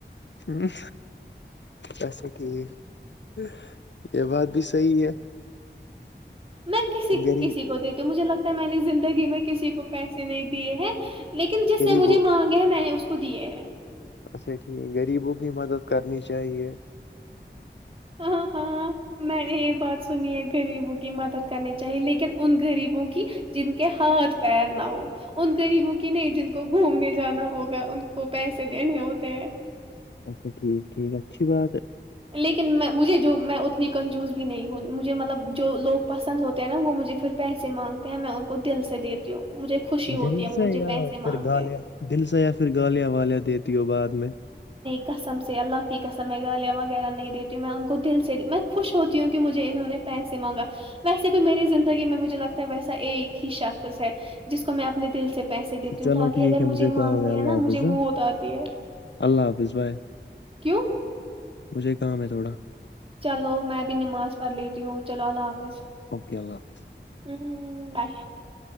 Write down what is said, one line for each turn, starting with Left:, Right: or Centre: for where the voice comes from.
Left: ہ ویسے کہ <unintelligible> یہ بات بھی صحی ہے
Right: میں کسی
Left: غریب
Right: کسی کو دیتی ہوں مجھے لگتا میں نے زندگی میں کسی کو پیسے نہیں دیے ہیں لیکن جس
Left: غریبوں
Right: نے مجھے مانگے ہے میں نے کوودے ہے
Left: اچھا ٹھیک غریبوں کی مدد کرنی چاہیے
Right: ہاں ہاں میں نے یہ بات سنی ہےگ غریبوں کی مدد کرنی چاہیے لیکن ان غریبوں کی جن کے ہاتھ پیر نہ ہو ان غریبوں کی نہیں جن کو گھومنے جانا ہوگا ان کو پیسے دینے ہوتے ہیں
Left: اچھا ٹھیک ٹھیک اچھی بات
Right: لیکن میں مجھے جو میں لیکن جوس بھی نہیں ہو مجھے مطلب جو لوگ پسند ہوتے ہیں نا وہ مجھے پھر پیسے مانگتے ہیں میں ان کو دل سے دیتی ہوں مجھے خوشی ہوتی
Left: دل
Right: ہے وہ
Left: سے
Right: مجھے
Left: یا
Right: پیسے
Left: پھر
Right: مانگتے
Left: گالیا
Right: ہیں
Left: دل سے یا پھر گالیا والیا دی تو بعد میں
Right: کسم سے اللہ کی قسم میں گالیاں وغیرہ نہیں دیتی ہوں میں ان کو دل سے میں خوش ہوتی ہوں کہ مجھے انہوں نے پیسے مانگا ویسے بھی میری زندگی میں مجھے لگتا ہے ویسا ایک ہی شخص ہے جس کو میں اپنے دل سے پیسے دیتی
Left: چلو
Right: ہوں باقی
Left: ٹھیک
Right: اگر
Left: ہے
Right: مجھے مانگتے
Left: کام ہے اللہ
Right: ہیں نا
Left: حافظ
Right: مجھے منہت آتی ہے
Left: اللہ حافظ بائے
Right: کیوں
Left: مجھے کام ہے تھوڑا
Right: چلو میں بھی نماز پ لیتی ہوں چلو اللہ حافظ
Left: اوکے اللہ حافظ
Right: ہوں بائے <unintelligible>